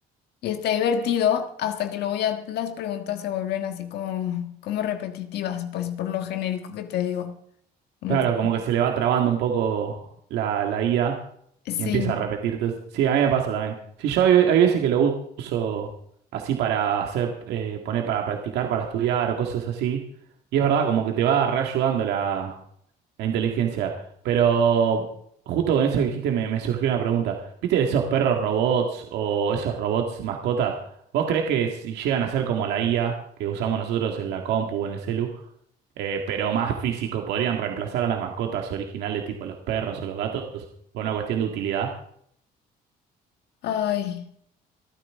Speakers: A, on the left (about 75°); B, on the right (about 85°).
A: y está divertido hasta que luego ya las preguntas se vuelven así como, como repetitivas, pues por lo genérico que te digo. Como
B: Claro,
A: que,
B: como que se le va trabando un poco la, la IA
A: sí,
B: y empieza a repetirte. Sí, a mí me pasa también. Sí, yo hay, hay veces que lo uso así para hacer, eh, poner para practicar, para estudiar o cosas así. Y es verdad, como que te va reayudando la, la inteligencia. Pero justo con eso que dijiste me, me surgió una pregunta. ¿Viste esos perros robots o esos robots mascota? ¿Vos creés que si llegan a ser como la IA que usamos nosotros en la compu o en el celu? eh, pero más físico. Podrían reemplazar a las mascotas originales, tipo los perros o los gatos, por una cuestión de utilidad.
A: ay,